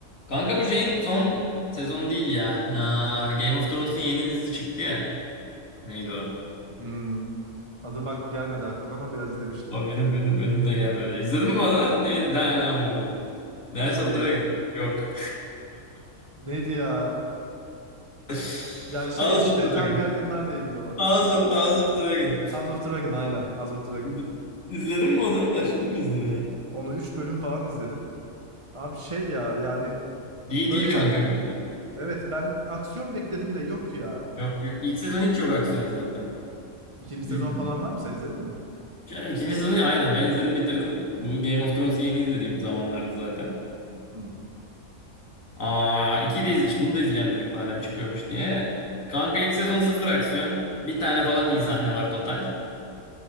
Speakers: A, on the left (about 70°); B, on the right (about 25°).
A: Kanka bu şeyin son sezon değil ya. Aa, Game of Thrones'un yeni dizisi çıktı ya. Neydi o?
B: Hmm, adı bak gelmedi aklıma ama biraz izlemiştim.
A: O benim benim benim de gelmedi. İzledin mi onu? Neydi? Damn. Dance
B: Şey
A: of Dragon. Yok.
B: neydi ya?
A: <laughs>
B: Yani şey
A: House
B: işte
A: of
B: Targaryenlarla
A: Dragon.
B: ilgili olan.
A: House of, House of Dragon.
B: House of Dragon aynen House of Dragon.
A: İz- İzledin mi onu? Başladın mı izlemeye?
B: Onu 3 bölüm falan izledim. Abi şey ya yani
A: İyi
B: böyle
A: değil kanka bence.
B: evet ben aksiyon bekledim de yok ya.
A: Yok yok. İlk sezon hiç yok aksiyon zaten.
B: İkinci
A: Di-
B: sezon falan var mı sen izledin mi?
A: Ya, İkinci sezonu aynen ben izledim bitirdim. Bu Game of Thrones'u yeni izlediğim zamanlarda zaten.
B: Hmm.
A: Aa, iki de iz- bunu da izleyelim dedik madem çıkıyormuş diye. Kanka ilk sezon sıfır aksiyon. Bir tane falan iyi sahne var total.